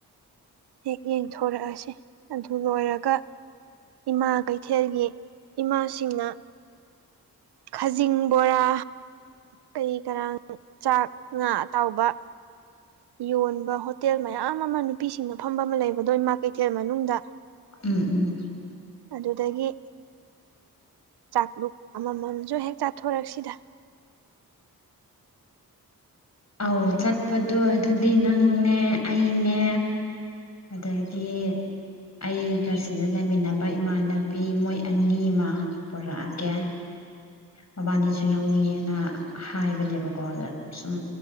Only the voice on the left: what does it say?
ꯎꯝ ꯎꯝ
ꯑꯧ ꯆꯠꯄꯗꯣ ꯑꯗꯨꯗꯤ ꯅꯪꯅꯦ ꯑꯩꯅꯦ ꯑꯗꯒꯤ ꯑꯩꯒꯁꯤꯗ ꯂꯩꯃꯤꯟꯅꯕ ꯏꯃꯥꯟꯅꯕꯤ ꯃꯣꯏ ꯑꯅꯤꯃ ꯄꯨꯔꯛꯑꯒꯦ ꯃꯕꯥꯅꯤꯁꯨ ꯌꯥꯎꯅꯤꯡꯉꯦꯅ ꯍꯥꯏꯕꯅꯦꯕꯀꯣ ꯑꯗ ꯁꯨꯝ